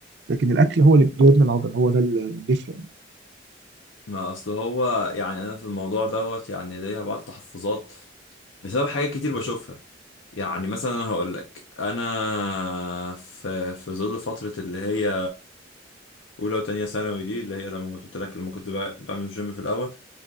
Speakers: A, on the right; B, on the left.
A: لكن الاكل هو اللي بيبني العضل هو ده اللي بيفرق يعني.
B: ما اصل هو يعني انا في الموضوع دوت يعني ليها بعض التحفظات بسبب حاجات كتير بشوفها يعني مثلا انا هقول لك انا في في ظل فتره اللي هي اولى وتانية ثانوي دي اللي هي لما كنت قلت لك لما كنت بع- بعمل جيم في الاول